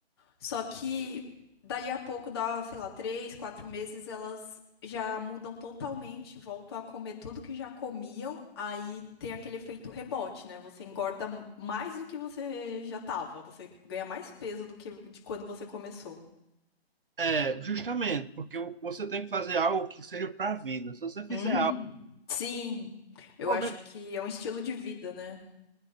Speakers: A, on the left; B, on the right.
A: Só que dali a pouco, dá, sei lá, três, quatro meses, elas já mudam totalmente, voltam a comer tudo que já comiam, aí tem aquele efeito rebote, né? Você engorda mais do que você já tava, você ganha mais peso do que de quando você começou.
B: É, justamente, porque você tem que fazer algo que seja para a vida. Se você fizer
A: Uhum.
B: algo,
A: Sim, eu
B: no
A: acho
B: momento
A: que é um estilo de vida, né?